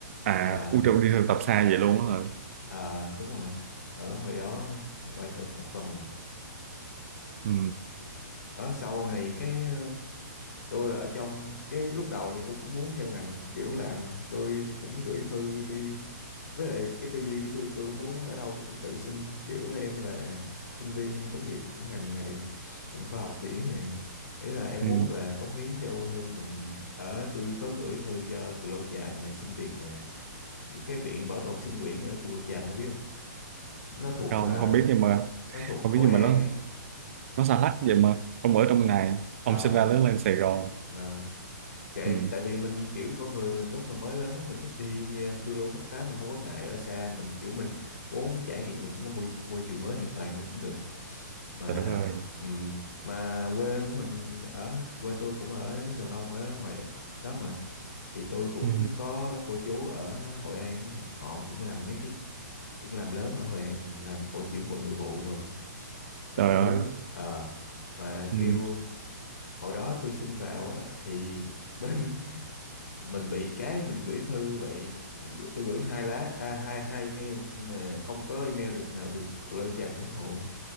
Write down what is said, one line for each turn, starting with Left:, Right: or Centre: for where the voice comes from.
Right: à
Left: ờ
Right: u trời đi thực tập xa vậy luôn á hả?
Left: ờ, đúng rồi ở ngoài đó ngoài tuần một tuần mà
Right: Ừ.
Left: đó sau này cái ờ, tôi ở trong cái lúc đầu thì tôi cũng muốn theo ngành kiểu làm tôi cũng gửi thư đi với lại cái tư duy của tôi tôi muốn ở đâu tôi cũng tự xin kiểu em là sinh viên tốt nghiệp cái ngành này ngành khoa học biển này ý là em
Right: Ừ.
Left: muốn về cống hiến cho quê hương mình ở tôi có gửi thư cho Cù Lao Chàm nè xin việc nè cái viện bảo tồn sinh quyển ở Cù Lao Chàm không biết không nó thuộc
Right: Không
Left: ờ,
Right: không biết nhưng mà
Left: nó thuộc
Right: không
Left: Hội
Right: biết nhưng
Left: An
Right: mà nó
Left: ấy
Right: nó xa lắc vậy mà ông ở trong này
Left: Ờ,
Right: ông sinh ra lớn lên Sài Gòn.
Left: ờ, kệ
Right: Ừ.
Left: tại vì mình kiểu con người mình lúc mà mới lớn mình thích đi ờ, phiêu lưu khám phá mình không có ngại ở xa mình kiểu mình muốn trải nghiệm một cái môi, môi trường mới hoàn toàn cũng được mà
Right: Trời đất ơi.
Left: ừm, mà quê của mình ở quê tôi cũng ở gần ông ở ngoài đ- đó mà thì tôi cũng
Right: Ừ.
Left: có cô chú ở Hội An ấy, họ cũng làm mấy cái cũng làm lớn ở Hội An mà làm bộ trưởng bộ nội vụ đồ luôn các
Right: Trời
Left: thứ
Right: ơi.
Left: Ờ, mà
Right: Ừ.
Left: kêu hồi đó tôi xin vào á thì bên <laughs> mình bị cái mình gửi thư vậy gửi- tôi gửi hai lá à, hai hai email nhưng mà không có email được nào được Cù Lao Chàm phản hồi